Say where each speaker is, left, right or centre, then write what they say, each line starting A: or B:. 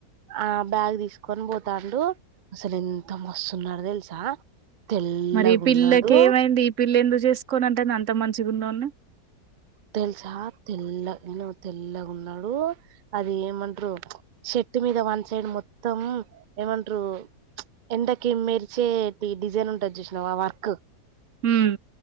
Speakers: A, on the right; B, on the right.
A: ఆ బ్యాగ్ దీసుకొని పోతాండు అసలు ఎంత మస్తున్నడు తెలుసా తెల్లగున్నాడు
B: మరి ఈ పిల్లకి ఏమైంది ఈ పిల్ల ఎందుకు జేసుకోనంటంది అంత మంచిగున్నోని
A: తెలుసా తెల్ల్ ఎనో తెల్లగున్నడు అది ఏమంట్రూ సెట్ మీ మీద వన్ సైడ్ మొత్తం ఏమంట్రూ ప్చ్ ఎండకి మెరిచేటి డిజైన్ ఉంటది జూష్ణవా వర్కు
B: హ్మ్.